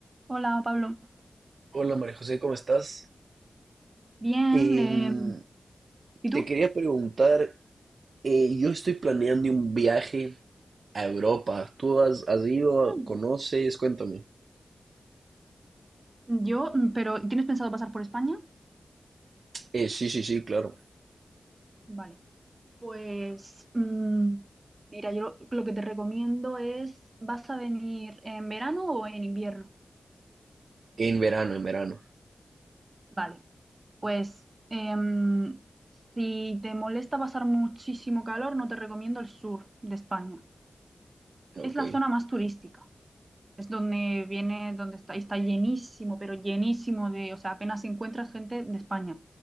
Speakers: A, on the right; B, on the right.
A: Hola Pablo,
B: Hola María José, ¿cómo estás?
A: bien.
B: Em,
A: eh, ¿y tú?
B: te quería preguntar, eh, yo estoy planeando un viaje a Europa. ¿Tú has, has ido?
A: Mm.
B: ¿Conoces? Cuéntame.
A: Yo, mm, pero ¿tienes pensado pasar por España?
B: Eh, sí, sí, sí, claro.
A: Vale. Pues mm, mira, yo lo, lo que te recomiendo es, ¿vas a venir en verano o en invierno?
B: En verano, en verano.
A: Vale. Pues em, si te molesta pasar muchísimo calor, no te recomiendo el sur de España.
B: Ok.
A: Es la zona más turística. Es donde viene, donde está, y está llenísimo, pero llenísimo de, o sea, apenas encuentras gente de España,